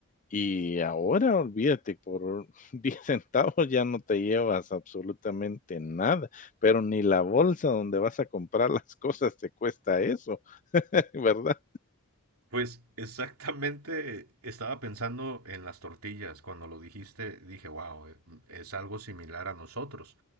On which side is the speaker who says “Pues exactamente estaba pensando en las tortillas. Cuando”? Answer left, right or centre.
Right